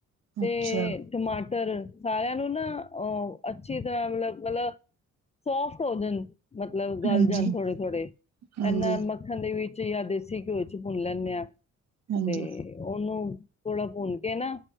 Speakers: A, on the left; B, on the right.
A: ਤੇ
B: ਅੱਛਾ
A: ਟਮਾਟਰ ਸਾਰਿਆਂ ਨੂੰ ਨਾ ਉਹ ਅੱਛੀ ਤਰ੍ਹਾਂ ਮਤਲਬ ਮਤਲਬ ਸੋਫਟ ਹੋ ਜਾਨ, ਮਤਲਬ ਗਲ
B: ਹਾਂਜੀ
A: ਜਾਣ ਥੋੜੇ-ਥੋੜ੍ਹੇ ਇਹਨਾਂ
B: ਹਾਂਜੀ
A: ਮੱਖਣ ਦੇ ਵਿੱਚ ਚ ਜਾਂ ਦੇਸੀ ਘਿਓ ਚ ਭੁੰਨ ਲੈਂਨੇ ਹਾਂ।
B: ਹਾਂਜੀ
A: ਤੇ ਉਹਨੂੰ ਥੋੜਾ ਭੁੰਨ ਕੇ ਨਾ